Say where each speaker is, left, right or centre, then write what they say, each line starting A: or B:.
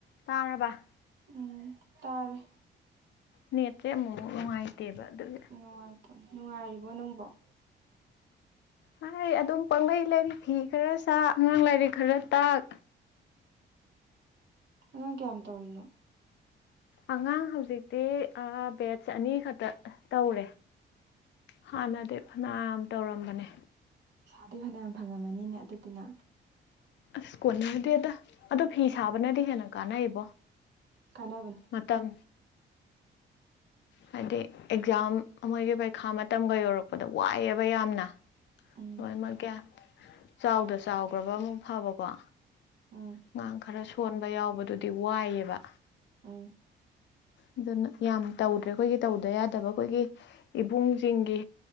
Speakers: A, on the left; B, on the right.
A: ꯇꯥꯔꯕ
B: ꯎꯝ ꯇꯥꯔꯦ
A: ꯅꯦꯠꯁꯦ ꯑꯃꯨꯛꯃꯨꯛ ꯅꯨꯡꯉꯥꯏꯇꯦꯕ ꯑꯗꯨꯒꯤ
B: ꯅꯨꯡꯉꯥꯏꯇꯝ ꯅꯨꯡꯉꯥꯏꯔꯤꯕꯣ ꯅꯪꯕꯣ <unintelligible>
A: ꯍꯥꯏ ꯑꯗꯨꯝ ꯄꯪꯂꯩ ꯂꯥꯏꯔꯤ ꯐꯤ ꯈꯔ ꯁꯥ ꯑꯉꯥꯡ ꯂꯥꯏꯔꯤꯛ ꯈꯔ ꯇꯥꯛ
B: ꯑꯉꯥꯡ ꯀꯌꯥꯝ ꯇꯧꯔꯤꯅꯣ
A: ꯑꯉꯥꯡ ꯍꯧꯖꯤꯛꯇꯤ ꯑꯥ ꯕꯦꯠꯁ ꯑꯅꯤꯈꯛ ꯇꯥ ꯇꯧꯔꯦ ꯍꯥꯟꯅꯗꯤ ꯐꯅꯌꯥꯝ ꯇꯧꯔꯝꯕꯅꯦ
B: ꯐꯥꯗꯤ ꯐꯅꯌꯥꯝ ꯐꯪꯉꯝꯃꯅꯤꯅꯦ ꯑꯗꯨꯗꯤꯅ
A: ꯑꯁ ꯀꯣꯟꯅꯗꯦꯗꯥ ꯑꯗ ꯑꯗꯣ ꯐꯤ ꯁꯥꯕꯅꯗꯤ ꯍꯦꯟꯅ ꯀꯥꯟꯅꯩꯕꯣ
B: ꯀꯅꯥꯕꯅꯦ
A: ꯃꯇꯝ ꯍꯥꯏꯗꯤ ꯑꯦꯛꯖꯥꯝ ꯃꯣꯏꯒꯤ ꯄꯩꯈꯥ ꯃꯇꯝꯒ ꯌꯧꯔꯛꯄꯗ ꯋꯥꯏꯌꯦꯕ ꯌꯥꯝꯅ
B: ꯎꯝ
A: ꯍꯣꯏ ꯃꯣꯏꯒꯦ ꯆꯥꯎꯗ ꯆꯥꯎꯈ꯭ꯔꯕ ꯑꯃ ꯐꯕꯀꯣ
B: ꯎꯝ
A: ꯉꯥꯡ ꯈꯔ ꯁꯣꯟꯕ ꯌꯥꯎꯕꯗꯨꯗꯤ ꯋꯥꯏꯌꯦꯕ
B: ꯎꯝ
A: ꯑꯗꯨꯅ ꯌꯥꯝ ꯇꯧꯗ꯭ꯔꯦ ꯈꯣꯏꯒꯤ ꯇꯧꯗ ꯌꯥꯗꯕ ꯈꯣꯏꯒꯤ ꯏꯕꯨꯡꯖꯤꯡꯒꯤ